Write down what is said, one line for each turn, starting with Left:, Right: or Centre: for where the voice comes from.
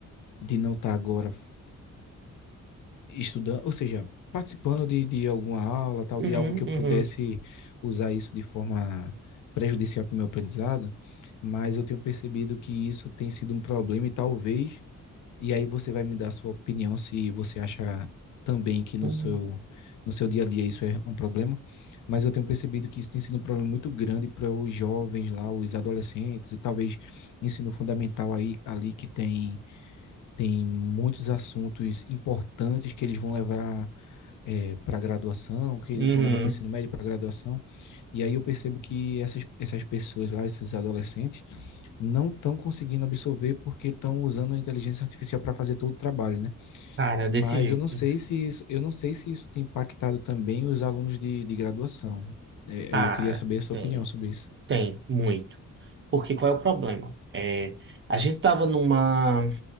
Left: de não estar agora estudando, ou seja, participando de, de alguma aula, tal,
Right: Uhum,
Left: de algo que eu
Right: uhum,
Left: pudesse usar isso de forma prejudicial para o meu aprendizado, mas eu tenho percebido que isso tem sido um problema e talvez, e aí você vai me dar a sua opinião se você acha também que no
Right: uhum,
Left: seu, no seu dia a dia isso é um problema, mas eu tenho percebido que isso tem sido um problema muito grande para os jovens lá, os adolescentes e talvez ensino fundamental aí, ali que tem tem muitos assuntos importantes que eles vão levar é, para a graduação, que eles
Right: uhum.
Left: vão levar para o ensino médio, para a graduação. E aí eu percebo que essas, essas pessoas lá, esses adolescentes, não estão conseguindo absorver porque estão usando a inteligência artificial para fazer todo o trabalho, né?
Right: Cara,
Left: Mas
Right: desse jeito.
Left: eu não sei se isso, eu não sei se isso tem impactado também os alunos de, de graduação. É,
Right: Cara,
Left: Eu queria saber a sua
Right: tem,
Left: opinião sobre isso.
Right: tem, muito. Porque qual é o problema? É, a gente tava numa,